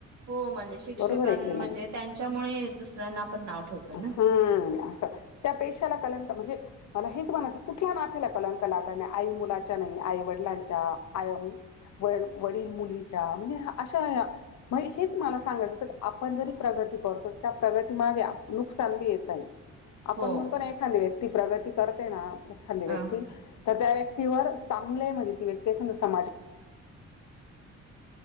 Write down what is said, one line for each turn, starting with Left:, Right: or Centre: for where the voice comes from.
Right: हो म्हणजे शिक्षकां
Left: बरोबर आहे की नाही?
Right: म्हणजे त्यांच्यामुळे दुसऱ्यांना आपण नाव ठेवतो
Left: हम्म.
Right: ना
Left: असं. त्या पेशाला कलंक म्हणजे मला हेच म्हणायचं, कुठल्या नाथ्याला कलंक लागला नाही आई मुलाच्या नाही, आई वडिलांच्या, आय वडील मुलीच्या म्हणजे अशा बाई हेच मला सांगायचं तर आपण जरी प्रगती करतो त्या प्रगती मागे नुकसान बी येतंय. आपण
Right: हो
Left: म्हणतो ना एखादी व्यक्ती प्रगती करते ना मग एखादी
Right: अ
Left: व्यक्ती तर त्या व्यक्तीवर चांगलं म्हणजे ती व्यक्ती एखादा समाज